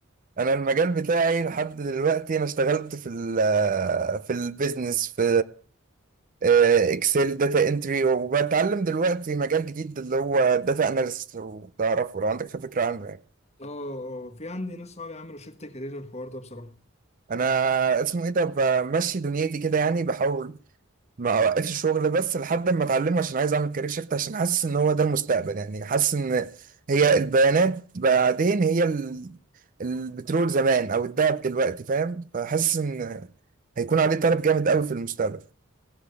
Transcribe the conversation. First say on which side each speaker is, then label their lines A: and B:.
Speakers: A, on the right; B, on the left.
A: انا المجال بتاعي لحد دلوقتي انا اشتغلت في ال في البيزنس في اكسل داتا انتري وبتعلم دلوقتي مجال جديد اللي هو داتا اناليست وتعرفه لو عندك فكره عنه يعني
B: اه اه في عندي ناس صحابي عملوا شيفت كارير الحوار ده بصراحة
A: انا اسمه ايه ده بمشي دنيتي كده يعني بحاول ما اوقفش الشغل بس لحد ما اتعلمه عشان عايز اعمل كارير شيفت عشان حاسس ان هو ده المستقبل يعني حاسس ان هي البيانات بعدين هي ال- البترول زمان او الذهب دلوقتي فاهم فحاسس ان هيكون عليه طلب جامد قوي في المستقبل